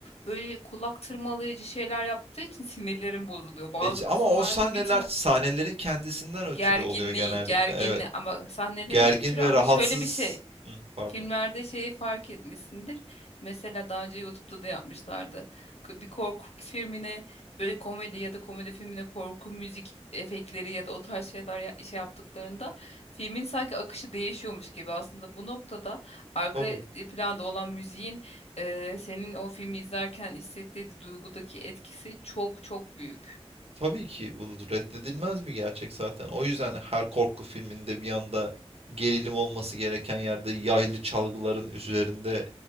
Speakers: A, on the left; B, on the right.
A: böyle kulak tırmalayıcı şeyler yaptığı için sinirlerim bozuluyor. Bazı
B: E, ç- ama
A: kısımlarda
B: o sahneler
A: bir tık
B: sahnelerin kendisinden ötürü
A: gerginliği,
B: oluyor genellikle.
A: gerginliği
B: Evet.
A: ama sahnelerin
B: Gergin
A: ötürü
B: ve
A: ama
B: rahatsız.
A: şöyle bir şey.
B: Hı, pardon.
A: Filmlerde şeyi fark etmişsindir. Mesela daha önce YouTube'da da yapmışlardı. K- Bir korku filmine böyle komedi ya da komedi filmine korku müzik efektleri ya da o tarz şeyler ya- şey yaptıklarında filmin sanki akışı değişiyormuş gibi. Aslında bu noktada arka
B: Tabii.
A: planda olan müziğin e, senin o filmi izlerken hissettiği duygudaki etkisi çok çok büyük.
B: Tabii ki bu reddedilmez bir gerçek zaten. O yüzden her korku filminde bir anda gerilim olması gereken yerde yaylı çalgıların üzerinde